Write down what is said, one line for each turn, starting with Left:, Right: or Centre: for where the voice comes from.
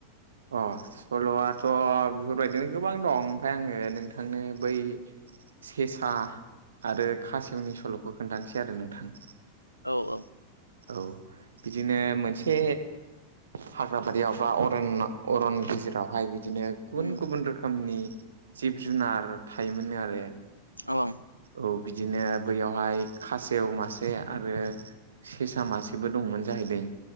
Right: अ सल'आथ' बेफोरबायदिनो गोबां दं ओमफफ्राय आंङो नोंथांनो बै सेसा आरो खासिवनि सल'खौ खोन्थानोसै आरो नोंथां
Left: औ औ
Right: औ बिदिनो मोनसे हाग्राबारियाव बा अरन अरन गेजेरावहाय बिदिनो गुबुन
Left: उम
Right: गुबुन रोखोमनि जिब जुनार थायोमोन आरो
Left: औ
Right: औ बिदिनो बैयावहाय खासेव मासे आरो सेसा मासे गबो दंमोन जाहैदों